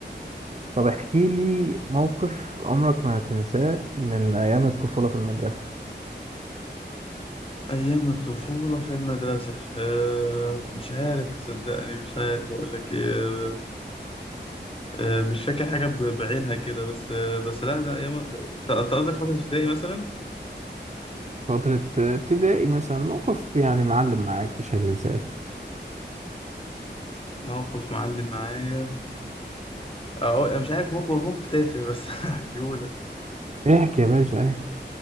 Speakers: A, on the right (about 40°); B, on the left (about 30°).
A: طب احكي لي موقف عمرك ما هتنساه من أيام الطفولة في المدرسة
B: أيام الطفولة في المدرسة أه مش عارف صدقني مش عارف أقول لك إيه أه آه، مش فاكر حاجة ب- بعينها كده بس أه بس لا ده أيام ت- أنت قصدك فترة ابتدائي مثلا
A: فترة ابتدائي مثلا موقف يعني معلم معاك مش هتنساه
B: موقف معلم معايا أهو أنا مش عارف موقف موقف تافه بس <laughs> هحكيهولك
A: احكي يا باشا احكي